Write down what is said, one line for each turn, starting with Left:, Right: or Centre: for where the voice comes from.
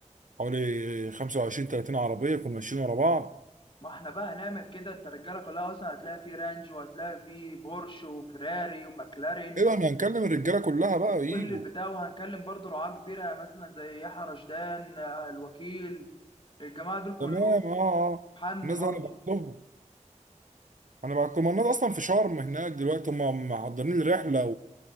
Right: حوالي 25 30 عربيه يكونوا ماشيين ورا بعض
Left: ما احنا بقى هنعمل كده انت الرجاله كلها اصلا هتلاقي فيه رانج وهتلاقي فيه بورش وفيراري وماكلارين
Right: ايوه احنا هنكلم الرجاله كلها بقى
Left: كل
Right: يجوا
Left: البتاع وهنكلم برضه رعاة كبيره يعني مثلا زي يحيى رشدان آه، الوكيل الجماعه دول كلهم
Right: تمام اه اه
Left: حمدي
Right: الناس
Left: برضو
Right: دي هنبعت لهم هنبعت لهم الناس اصلا في شرم هناك دلوقتي هم محضرين الرحله